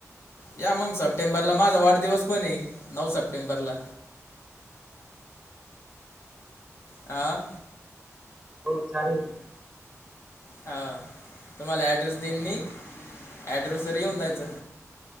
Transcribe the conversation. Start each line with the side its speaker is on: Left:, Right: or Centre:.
Left: या मग सप्टेंबरला माझा वाढदिवस पण आहे नऊ सप्टेंबरला
Centre: अच्छा हा का?
Left: आं
Centre: हो चालेल
Left: हा तुम्हाला ऍड्रेस देईन मी ऍड्रेस वर येऊन जायचं